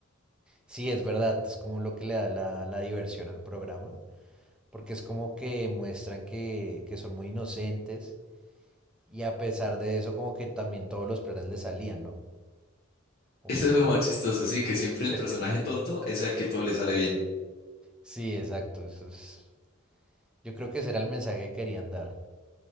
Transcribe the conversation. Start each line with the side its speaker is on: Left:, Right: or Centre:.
Centre: Sí, es verdad, es como lo que le da la, la diversión al programa, porque es como que muestran que, que son muy inocentes y a pesar de eso como que también todos los planes le salían, ¿no?
Left: <laughs>
Centre: Como
Left: Eso
Centre: que yo-
Left: es lo más chistoso, sí, que siempre
Centre: <laughs>
Left: el personaje
Centre: Sí.
Left: tonto es al que todo le sale bien.
Centre: Sí, exacto, eso es... Yo creo que ese era el mensaje que querían dar,